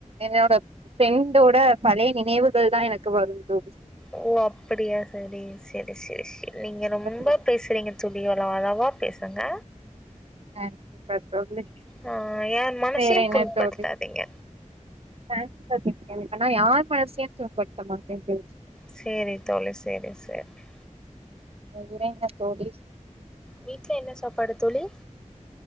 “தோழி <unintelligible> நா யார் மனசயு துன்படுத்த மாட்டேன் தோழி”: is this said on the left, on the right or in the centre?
Right